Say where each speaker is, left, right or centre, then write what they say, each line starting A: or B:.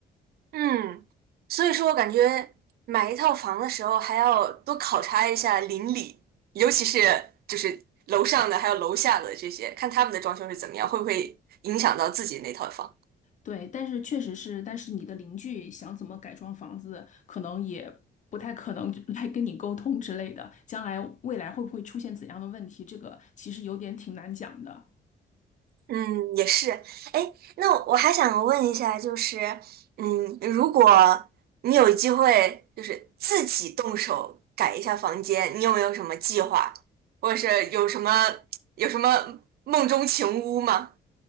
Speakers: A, on the right; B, on the left.
A: 嗯，所以说我感觉买一套房的时候还要多考察一下邻里，尤其是就是楼上的还有楼下的这些，看他们的装修是怎么样，会不会影响到自己那套房。
B: 对，但是确实是，但是你的邻居想怎么改装房子，可能也不太可能来跟你沟通之类的。将来未来会不会出现怎样的问题，这个其实有点挺难讲的。
A: 嗯，也是。哎，那我还想问一下，就是，嗯，如果你有机会，就是自己动手改一下房间，你有没有什么计划，或者是有什么有什么梦中情屋吗？